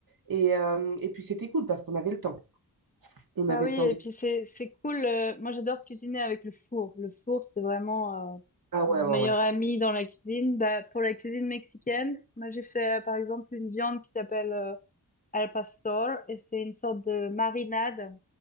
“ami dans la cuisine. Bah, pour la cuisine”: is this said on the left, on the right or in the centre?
Left